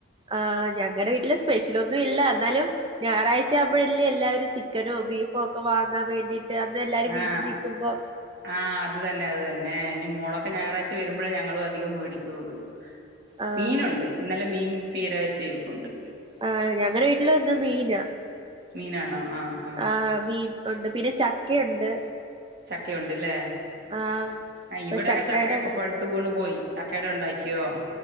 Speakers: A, on the right; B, on the right.
A: ആഹ് ഞങ്ങളുടെ വീട്ടില് സ്പെഷ്യൽ ഒന്നും ഇല്ല എന്നാലും ഞായറാഴ്ച ആവുമ്പഴല്ലേ എല്ലാവരും ചിക്കനോ ബീഫോ ഒക്കെ വാങ്ങാൻ വേണ്ടിട്ട് അന്ന് അല്ലാരും
B: ആഹ്
A: വീട്ടിൽ നിക്കുമ്പോ.
B: ആഹ് അത് തന്നെ അത് തന്നെ ഇനി മോളൊക്കെ ഞായറാഴ്ച വരുമ്പോളേ ഞങ്ങളും അധികം മേടിക്കുള്ളു.
A: ആഹ്
B: മീനുണ്ട് ഇന്നല്ലെ മീൻ പീര വെച്ച ഇരിപ്പുണ്ട്.
A: ആഹ് ഞങ്ങളടെ വീട്ടിലും ഇന്ന് മീന.
B: മീനാണോ ആഹ്.
A: ആഹ് മീൻ ഉണ്ട് പിന്നെ ചക്കയുണ്ട്.
B: ചക്കയുണ്ട്ല്ലേ.
A: ആഹ്
B: ആഹ്
A: ഇപ്പൊ
B: ഇവിടെയൊക്കെ
A: ചക്കയുടെത്
B: ചക്കെയൊക്കെ പ. ഴുത്ത് വീണു പോയി. ചക്കേട ഉണ്ടാക്കിയോ?